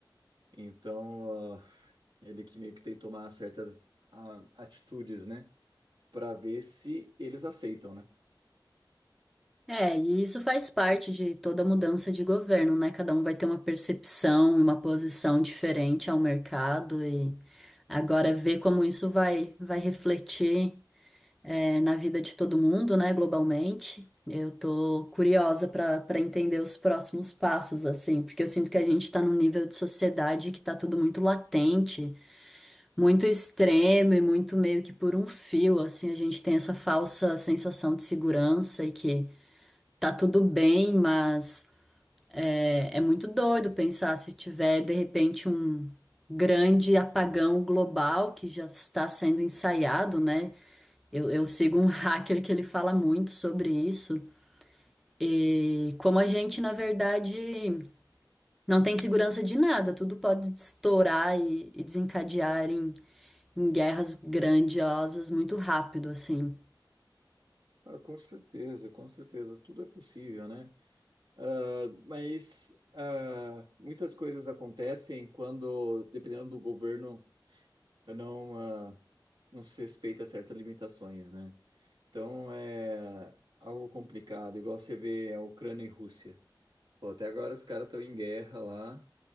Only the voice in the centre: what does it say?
É, e isso faz parte de toda mudança de governo, né? Cada um vai ter uma percepção e uma posição diferente ao mercado e agora ver como isso vai vai refletir. é, na vida de todo mundo, né, globalmente. Eu tô curiosa para para entender os próximos passos, assim, porque eu sinto que a gente está num nível de sociedade que tá tudo muito latente, muito extremo e muito meio que por um fio, assim, a gente tem essa falsa sensação de segurança e que tá tudo bem, mas é, é muito doido pensar se tiver de repente um grande apagão global que já está sendo ensaiado, né? Eu, eu sigo um <laughs> hacker que ele fala muito sobre isso. E como a gente, na verdade, não tem segurança de nada, tudo pode estourar e, e desencadear em, em guerras grandiosas muito rápido, assim.